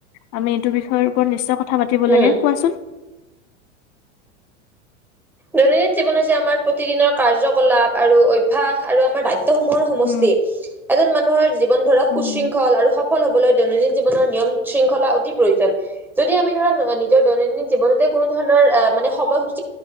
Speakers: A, on the left; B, in the centre.
A: আমি এইটো বিষয়ৰ ওপৰত নিশ্চয়। কথা পাতিব
B: উম
A: লাগে, কোৱাচোন?
B: দৈনন্দিন জীৱন হৈছে আমাৰ প্ৰতিদিনৰ কাৰ্যকলাপ, আৰু অভ্যাস আৰু আমাৰ দায়িত্ব। সমহৰ সমষ্টি
A: উম
B: এজন মানুহৰ জীৱন ধৰা
A: উম
B: সুশৃংখল আৰু সফল হ'ব। দৈনন্দিন জীৱনৰ নিয়ম শৃংখলা অতি প্ৰয়োজন যদি আমি ধৰা নিজৰ দৈনন্দিন জীৱনতে কোনো ধৰণ <unintelligible>